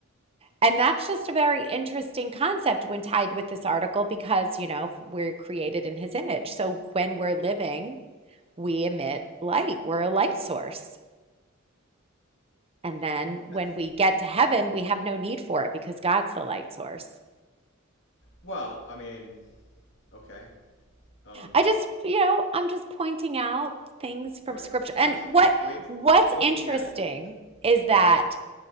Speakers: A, on the right; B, on the left.
A: And that's just a very interesting concept when tied with this article because, you know, we're created in His image. So when we're living, we emit light, we're a light source. And then when
B: Yes.
A: we get to heaven, we have no need for it because God's the light source.
B: Well, I mean, okay. Um,
A: I just, you know, I'm just pointing out things from
B: right.
A: scripture. And
B: Pers-
A: what
B: ways
A: what's
B: of looking
A: interesting
B: at it.
A: is
B: Right.
A: that